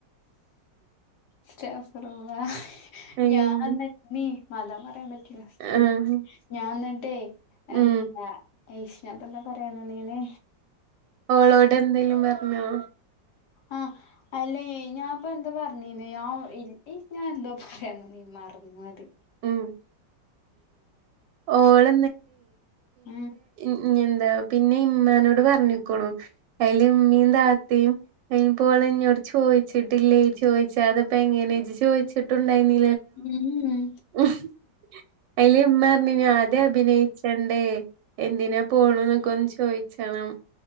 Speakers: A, on the left; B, on the right.
A: സ്റ്റാഫ്‌ റൂമാ
B: അയിന്
A: ഞാൻന്നട്ട് <unintelligible> മ <unintelligible> മാണ്ട പറയാൻപറ്റ് ഉം
B: ആഹ്
A: ഉം ഞാൻ ന്നട്ടേ എന്താ
B: ഉം
A: ഐഷ് ഞാൻ പ്പെന്താ പറയാൻ നിന്നിനെ
B: ഓളോട് എന്തേലും പറഞ്ഞോ?
A: ആ അല്ലേയ് ഞാൻപ്പോ എന്താ പറഞ്ഞീന്ന് ഞാൻ ഈ ഞാൻ എന്തോ പറയാനിന്നിന്ന് മറന്നത്
B: ഉം ഓള്
A: ഉം
B: ഉം പിന്നെ ഇമ്മാനോട് പറഞ്ഞുക്ക്ണു അയില്ല് ഇമ്മീം താത്തിം അയിന് പ്പോള് ഇന്നോട് ചോദിച്ചിട്ടില്ലേ ചോദിച്ചതെപ്പങ്ങനെ ഇജ്ജ് ചോയിച്ചിട്ടുണ്ടയ്ന്നീ
A: ഉം
B: ഉം അയില് ഇമ്മ പറഞ്ഞിന്ന് ആദ്യം അഭിനയിച്ചണ്ടേ എന്തിനാ പോണ്ന്നൊക്കെ ഒന്ന് ചോയിച്ചണം